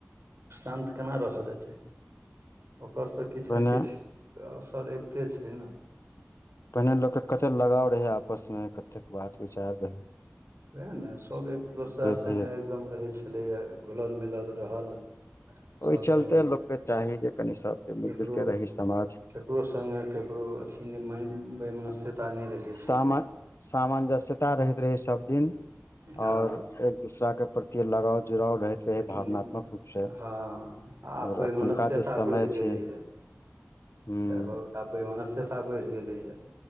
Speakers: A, on the right (about 65°); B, on the left (about 70°).
A: शान्त केना रहऽ देतै? ओकर- किछ-ने-किछ
B: पहिने
A: असरि अबिते छै ने!
B: पहिने लोककेॅं कते लगाव रहै आपसमे, कतेक बात-विचार रहै
A: उएह ने सभ एक दोसरा संगे
B: धीरे
A: एकदम रहै छलैए, घुलल मिलल रहल
B: ओहि
A: सभ
B: चलते
A: सङ्गे
B: लोककेँ चाही जे कनि सभकेॅं मिलि-जुलि
A: ककरो
B: कऽ रही समाज
A: ककरो सङ्गे ककरो अथी नै बैनस्यता नै रहै छलैया
B: सामा सामंजस्यता रहैत रहै सभ दिन
A: हँ
B: आओर एक- दूसराके प्रति लगाव-जुड़ाव रहैत रहे
A: लेकिन,
B: भावनात्मक रूप से
A: हँ आब
B: आओर
A: वैमसियता
B: एखुनका जे समय
A: बढ़
B: छै
A: गेलै है
B: हूँ
A: सह भ आब वैमनस्यता बढ़ि गेलैए